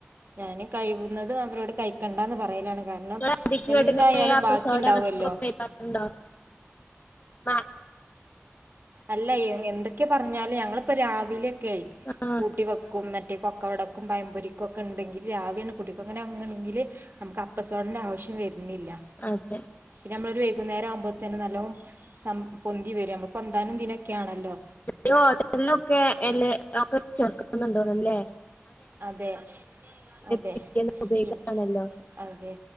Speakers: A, on the right (about 50°); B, on the left (about 35°).
A: ഞാൻ കൈ ള്ളതും അവരോട് കൈക്കണ്ടാന്ന് പറയലാണ്
B: <inaudible>
A: കാരണം
B: അപ്പ
A: എന്തായാലും ബാക്കി
B: സോണ്ടോ
A: ഉണ്ടാവുമല്ലോ
B: അങ്ങൻത്തൊക്കെ ഉപയോഗിക്കാറുണ്ടോ <unintelligible>
A: അല്ല എന്തൊക്കെ പറഞ്ഞാലും ഞങ്ങളിപ്പോ രാവിലെ ക്കെ
B: ആഹ്
A: കൂട്ടി വെക്കും പക്കവടക്കും പയമ്പൊരിക്കും ഒക്കെ ണ്ടെങ്കില് രാവിലെങ്ങനെ കൂട്ടി വെക്കും അങ്ങനാകാണെങ്കില് നമുക്ക്‌ അപ്പസോടന്റെ ആവശ്യം വെര് ണില്ല
B: അതെ.
A: പിന്നെ നമ്മളൊരു വൈകുന്നേരാകുമ്പോത്തിന് നല്ലോ സം പൊന്തി വരാ നമ്മക് പൊന്താനും ദിനൊക്ക്യാണല്ലോ.
B: <unintelligible> ഹോട്ടൽന്നൊക്കെ എല്ലെ ഒക്കെ ചേർക്ക്ന്ന് ണ്ടോന്ന്ണ്ലെ.
A: അതെ അതെ
B: പിറ്റേന്ന് ഉപയോഗിക്കാണല്ലോ.
A: പിൻ അതെ